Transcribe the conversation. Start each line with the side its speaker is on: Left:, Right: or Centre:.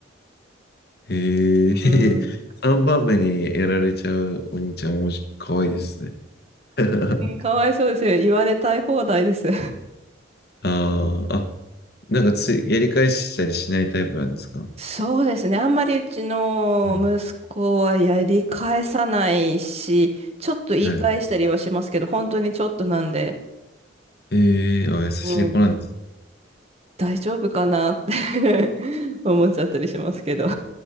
Left: へえ、
Right: うん、
Left: <laughs> 3番目にやられちゃうお兄ちゃん、おもし、かわいいですね。<laughs>
Right: うんかわいそうですよ。言われたい放題です。
Left: ああ。あ、なんかつい、やり返したりしないタイプなんですかは
Right: そうですね。あんまりうちの息子はやり返さないし、
Left: い。
Right: ちょっと言い返したりはしますけど、
Left: はい
Right: 本当にちょっとなんで
Left: ええあ、
Right: うん。
Left: 優しい子なんです。
Right: 大丈夫かなって <laughs> 思っちゃったりしますけど。う